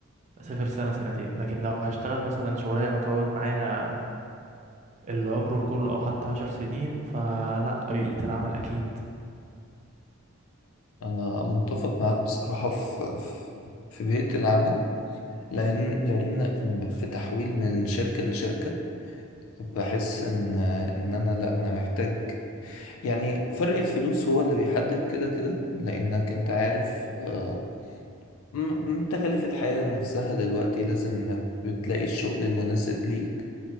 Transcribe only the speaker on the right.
اسافر سنة سنتين لكن لو هشتغل مثلا شغلانة تقعد معايا العمر كله او حتى عشر سنين فلا بيئة العمل اكيد